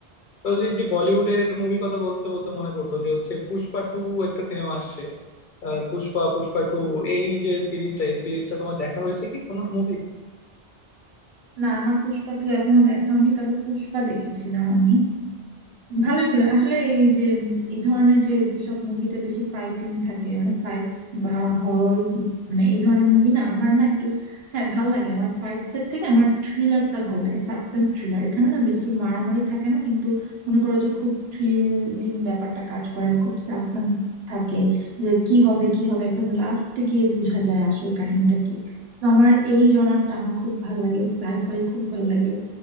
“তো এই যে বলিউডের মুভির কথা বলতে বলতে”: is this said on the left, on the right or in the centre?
Left